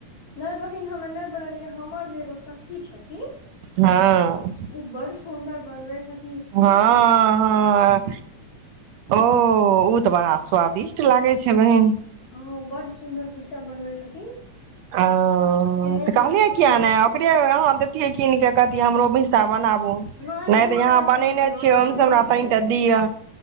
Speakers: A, on the left; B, on the right.
A: नहि बहिन हममे नहि बनेलियै हमर जे एगो सखी छथिन
B: हँ
A: ओ बड़् सुन्दर बनबै छथि
B: हँ हँ ओ ओ तऽ बड़ा स्वादिष्ट लागे छै बहिन
A: हँ बड सुन्दर कुर्चा बनबै छथिन
B: ओ
A: तें
B: तऽ कहल
A: से हम
B: एऽ
A: सोचलियै
B: किया नहि ओकरे अहाँ देतियै कीन के कहतए हमरो हिस्सा बनाबू
A: नैन
B: नहि
A: दूर
B: तऽ यहाँ
A: रहै
B: बनेने
A: छथिन ने
B: छियै ओहिसँ
A: तें
B: हमरा तनिटा
A: से
B: दिअ